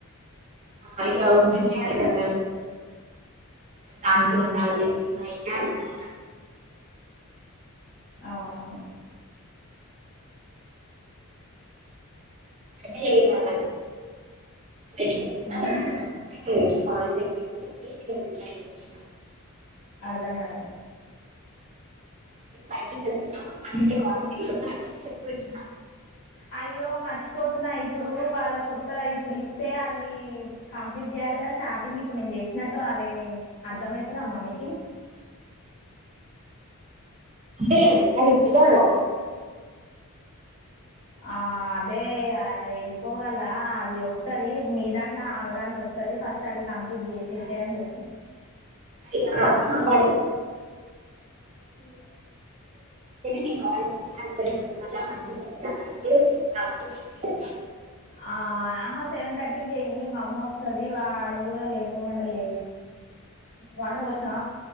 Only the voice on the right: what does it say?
అయన కూడా చేయాలి కదా దానికే ఉండాలి మోయ్యాలి కదా
అదే ఏ ఇగా ఎడ్యుకేటెడ్
కదా మామయ్య కి చెప్పమని చెప్పి బయటకి వచ్చినా
మేము బయటికి వెళ్తున్నాం పనుంటే కాల్ చేయ్యి అని చెప్పి వచ్చిన
ఏ అడి పోరా
<unintelligible> వెళ్తేనే నేను కాల్ చేస్తా ఏదుకంటే <unintelligible> చెప్తా అంటున్న